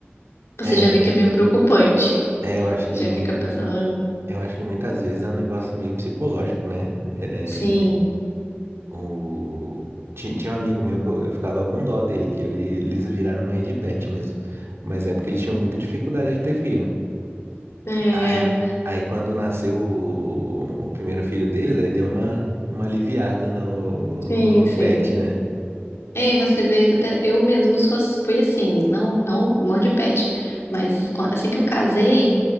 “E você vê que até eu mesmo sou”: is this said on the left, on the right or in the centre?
Left